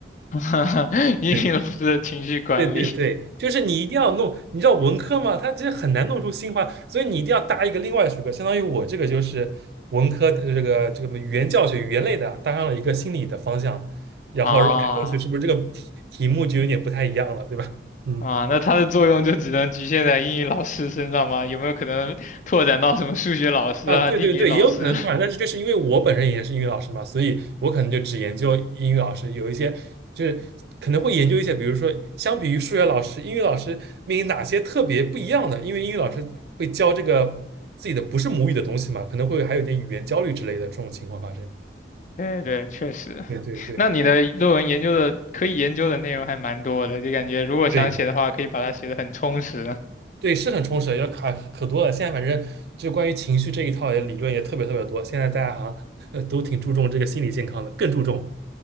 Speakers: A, on the left; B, on the right.
A: 啊，<laughs> 英语老师的情绪管理
B: 对对对对，就是你一定要弄，你知道文科嘛，它其实很难弄出新花，所以你一定要搭一个另外的学科，相当于我这个就是文科的这个这个什么语言教学语言类的，搭上了一个心理的方向，然后让看上去是不是这个题题目就有点不太一样了，
A: 啊
B: 对吧？嗯。
A: 啊，那它的作用就只能局限在英语老师身上吗？有没有可能拓展到什么数学老师啊、
B: 啊，对对对，
A: <laughs> 地理老师？
B: 也有可能突然，但是就是因为我本身也是英语老师嘛，所以我可能就只研究英语老师，有一些就是可能会研究一些，比如说相比于数学老师，英语老师面临哪些特别不一样的，因为英语老师会教这个自己的不是母语的东西嘛，可能会还有点语言焦虑之类的这种情况发生。
A: <laughs> 对对，确实。
B: 对对对
A: 那你的论文研究的可以研究的内容还蛮多的，就感觉如果想写的话，
B: 对
A: 可以把它写的很充实。
B: 对，是很充实的要卡可多了。现在反正就关于情绪这一套也理论也特别特别多，现在大家好像 <laughs> 呃都挺注重这个心理健康的，更注重。